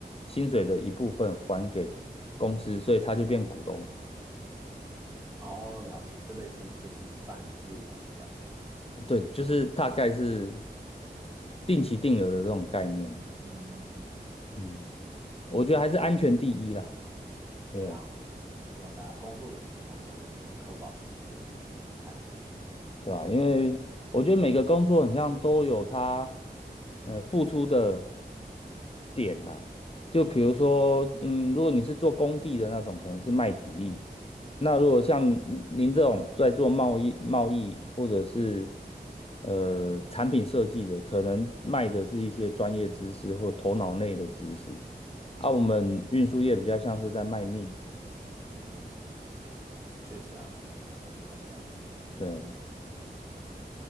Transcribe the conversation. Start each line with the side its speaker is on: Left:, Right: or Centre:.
Left: 薪水的一部分还给公司，所以他就变股东。
Right: 哦，了解，就类似就是半入股的感觉。
Left: 对，就是大概是定期定额的这种概念。
Right: 嗯，嗯嗯
Left: 嗯，我觉得还是安全第一啦。对啊
Right: 对啊，希望大家工作的时候都能够保持就是安全。
Left: 对吧？因为我觉得每个工作很像都有它呃付出的点呐、就比如说，嗯，如果你是做工地的那种，可能是卖体力；那如果像您您这种在做贸易、贸易或者是呃产品设计的，可能卖的是一些专业知识或头脑内的知识。啊，我们运输业比较像是在卖命，
Right: 嗯，确实安全很很重要，
Left: 对。